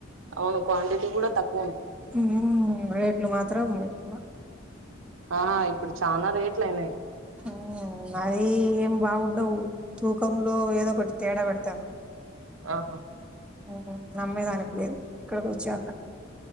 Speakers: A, on the right (about 80°); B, in the centre.
A: అవును క్వాంటిటీ గూడా తక్కు
B: ఉమ్ రేట్లు మాత్రం ఎక్కువ
A: ఆ ఇప్పుడు చానా రేట్లు అయినాయ్
B: ఉమ్ అది ఏం బాగుండవు తూకంలో ఏదో ఒకటి తేడా పెడత
A: ఆహా
B: ఉమ్ నమ్మేదానికి లేదు ఇక్కడికి వచ్చాక